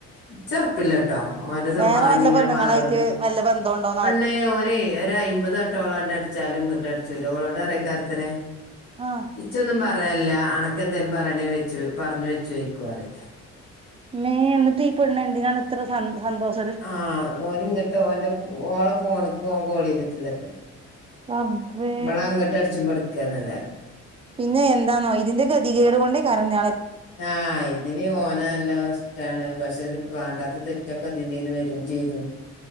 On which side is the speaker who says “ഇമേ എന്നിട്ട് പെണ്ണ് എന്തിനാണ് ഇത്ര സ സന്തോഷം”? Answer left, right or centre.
Right